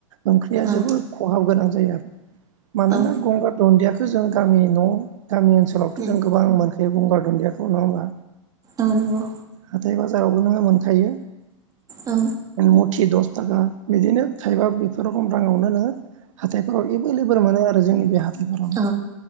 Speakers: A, on the right; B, on the right.
A: ओंख्रिया
B: औ
A: जोबोद खहाब गोनां जायो आरो मानोना
B: औ
A: गंगार दुन्दियाखौ जों गामि न' गामि ओनसोलावथ'
B: उम
A: जों गोबां मोनखायो गंगार दुन्दिया बेखौ नङा होनबा
B: औ नंगौ
A: हाथाय बाजारावबो नोङो मोनखायो
B: औ
A: मुथि दस थाखा बिदिनो थाइबा बेफोर बायदि राङावनो नोङो हाथायफोराव एभेलेबोल मोनो आरो जोंनि बे हाथायफोराव
B: औ